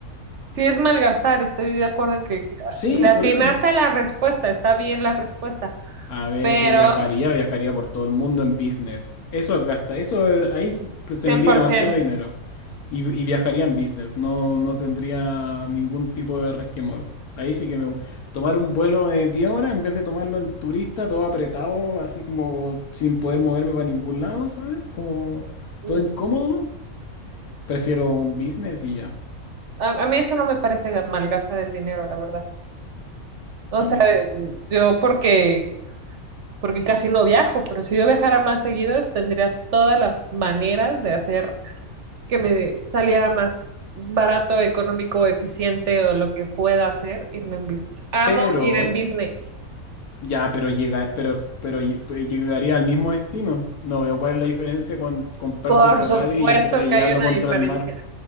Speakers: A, on the right; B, on the left.
A: sí es malgastar, estoy de acuerdo en que ah,
B: Sí,
A: le atinaste
B: por eso.
A: a la respuesta, está bien la respuesta,
B: A ver,
A: pero
B: que viajaría, viajaría por todo el mundo en business. Eso gasta, eso es- ahí s- pues,
A: 100%.
B: se me iría demasiado dinero. Y, y viajaría en business, no, no tendría ningún tipo de resquemor. Ahí sí que me... gu- Tomar un vuelo de 10 horas en vez de tomarlo en turista, todo apretado, así como sin poder moverme para ningún lado, ¿sabes? Como
A: Mm.
B: todo incómodo. Prefiero un business y ya.
A: A, a mí eso no me parece ga- malgastar el dinero, la verdad. O
B: A
A: sea,
B: mí sí.
A: eh, mm, yo porque, porque casi no viajo, pero si yo viajara más seguido, es- tendría todas las maneras de hacer que me saliera más barato, económico, eficiente o lo que pueda hacer, irme en business. Amo
B: Pero,
A: ir en business.
B: ya, pero llega, pero, pero lle- pues llegaría al mismo destino. No veo cuál es la diferencia con comprarse
A: Por
B: un Ferrari
A: supuesto
B: y estrellarlo
A: que hay una
B: contra
A: diferencia.
B: el mar.